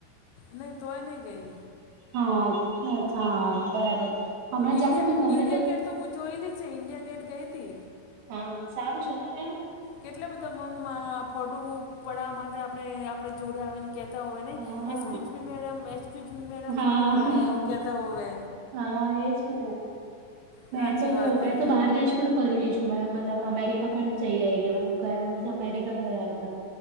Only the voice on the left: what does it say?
નહી તોય નહી ગઈ
ઇન્ડિયા
ઈન્ડિયા ગેટ તો હું જોયેલી છે ઇન્ડિયા ગેટ ગઈતી
કેટલા બધા મનમાં ફોટો પડાવા માટે આપણે આપણે જોડે આવે કેતા હોય ને
excuse me madam excuse me madam
photo પાડે
કેતા હોવે
સાચી
વાત
હે